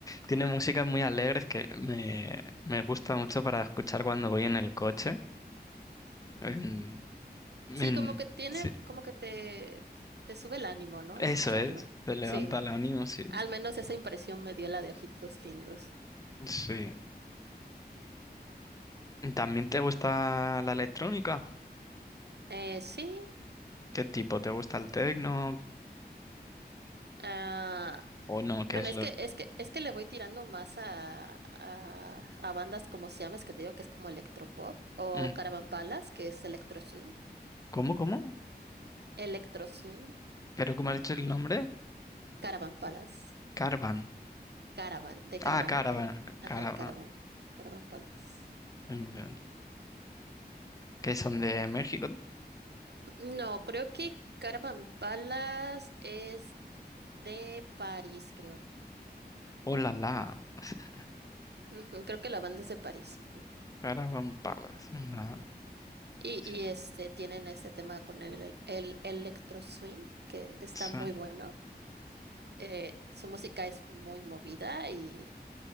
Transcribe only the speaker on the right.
Sí, como que tiene,
como que te, te sube el ánimo, ¿no?
Escucharlo.
Sí,
al menos esa impresión me dio la de ojitos lindos.
Eh, sí.
Ah,
bueno,
es
que, es que, es que le voy tirando más a, a, a bandas como Siames, que te digo que es como electropop, o
Caravan Palace, que es electro swing,
electro swing,
Caravan Palace,
Caravan, de Caravana,
cara-
ajá, Caravan, Caravan Palace.
No, creo que Caravan Palace es de París, creo.
Ujú, creo que la banda es de París. Ujú.
Y,
y este, tienen este tema con el, el, el electro swing, que está
muy bueno. Eh, su música es muy movida y,